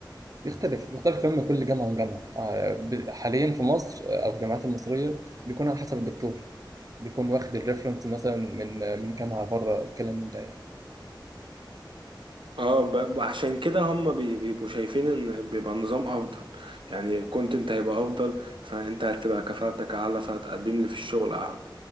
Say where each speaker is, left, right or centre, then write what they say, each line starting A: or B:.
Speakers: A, on the right (about 45°); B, on the right (about 85°).
A: بيختلف بيختلف كمان من كل جامعه لجامعه آه، ب- حاليا في مصر آه، او الجامعات المصريه بيكون على حسب الدكتور بيكون واخد الريفرنس مثلا من آه، من جامعه بره الكلام من ده يعني
B: اه ب- عشان كده هم بي- بيبقوا شايفين ان بيبقى النظام افضل يعني الكونتنت هيبقى افضل فانت هتبقى كفاءتك اعلى فهتقدم لي في الشغل اعلى